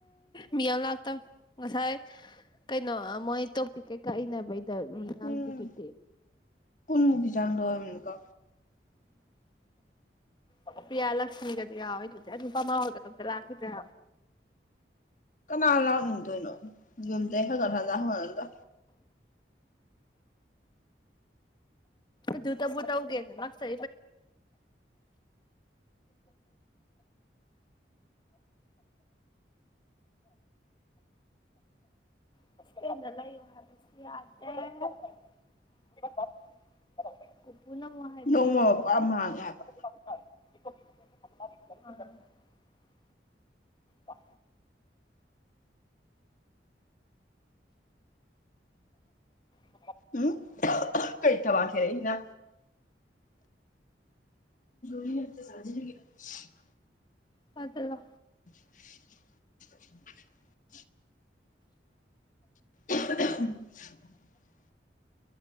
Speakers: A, on the left (about 25°); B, on the left (about 45°).
A: ꯃꯤꯌꯥꯝ ꯂꯥꯛꯇ ꯉꯁꯥꯏ ꯀꯩꯅꯣ ꯃꯣꯏ ꯇꯣꯄꯤꯛ ꯀꯩꯀꯥ ꯏꯅꯕꯩ ꯗꯤ
B: ꯎꯝ
A: ꯇꯠꯇ
B: ꯀꯨꯟꯃꯨꯛꯀꯤ ꯆꯥꯡꯗꯣ ꯑꯣꯏꯔꯝꯅꯤꯀꯣ
A: ꯎꯝ ꯄ꯭ꯤꯌꯥ ꯂꯛꯁꯃꯤꯒꯗꯨ ꯌꯥꯎꯋꯦꯗꯨꯗꯤ ꯑꯗꯨ ꯅꯨꯄꯥꯃꯥ ꯍꯥꯎꯗ ꯑꯝꯇ ꯂꯥꯛꯈꯤꯗ꯭ꯔ
B: ꯀꯅꯥ ꯂꯥꯎꯅꯤꯡꯗꯣꯏꯅꯣ ꯌꯨꯝꯗꯩ ꯐꯖꯔ ꯐꯖ ꯍꯪꯉꯒ
A: ꯗꯨꯇꯕꯨꯇ ꯎꯒꯦ ꯂꯥꯛꯔ ꯁꯂ ꯏ ꯍꯥꯏ ꯁꯤ ꯌꯥꯗꯦ ꯄꯨꯅꯃꯔ
B: ꯅꯣꯡꯃ ꯄꯨꯔꯥ ꯃꯥꯡꯉꯦ ꯍꯥꯏꯕ
A: ꯏꯣ ꯅꯝ ꯃꯥꯗꯤ ꯑ ꯗ
B: ꯎꯝ ꯀꯩ ꯊ ꯋꯥꯁꯤꯔꯍꯤꯗ ꯅꯤ ꯍꯥꯏ ꯁꯖꯔꯤ <unintelligible>
A: ꯐꯗ ꯋꯥ
B: <unintelligible> <unintelligible>